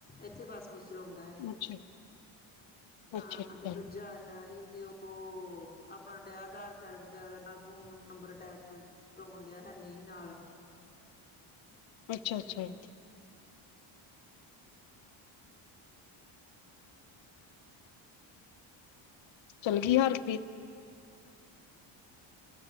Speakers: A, on the left; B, on the left.
A: ਇੱਥੇ ਬੱਸ ਬੱਸ ਚਲਾਉਂਦਾ ਹੈ
B: ਅੱਛਾ,
A: ਹਾਂ
B: ਅੱਛਾ, ਅੱਛਾ,
A: ਤੇ ਦੂਜਾ ਆਇਆ ਸੀ ਤੇ ਉਹ ਆਪਣਾ ਡਿਆ ਆਧਾਰ ਕਾਰਡ ਵੈਰਾ ਨਾਲ ਫੋਨ ਨੰਬਰ ਅਟੈਚ ਲਾਉਣ ਡਿਆ ਹੈਨੀ ਨੀ ਨਾਲ-
B: ਅੱਛਾ ਅੱਛਾੀ ਹਮ ਚੱਲ ਗਈ ਹਰਪ੍ਰੀਤ